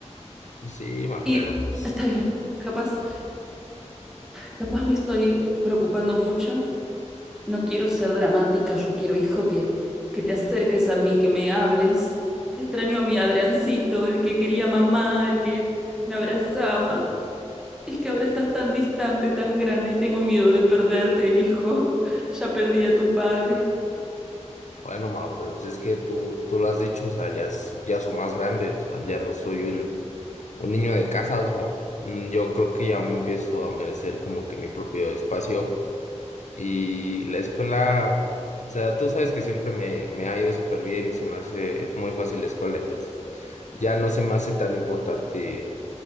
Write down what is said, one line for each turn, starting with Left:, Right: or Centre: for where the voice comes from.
Left: pues sí, ma,
Centre: Y
Left: pero pues
Centre: está bien, capaz, capaz me estoy preocupando mucho. No quiero ser dramática, yo quiero, hijo, que, que te acerques a mí, que me hables. Extraño a mi Adriancito, el que quería mamá, el que me abrazaba. Es que ahora estás tan distante, tan grande y tengo miedo de perderte, hijo. Ya perdí a tu padre.
Left: bueno, ma, pero si es que tú, tú lo has dicho, o sea, ya, s- ya soy más grande, o sea, ya no soy un... un niño de casa, o sea, mm, yo creo que ya me empiezo a merecer como que mi propio espacio y la escuela, o sea, tú sabes que siempre me, me ha ido súper bien y se me hace muy fácil la escuela, entonces ya no se me hace tan importante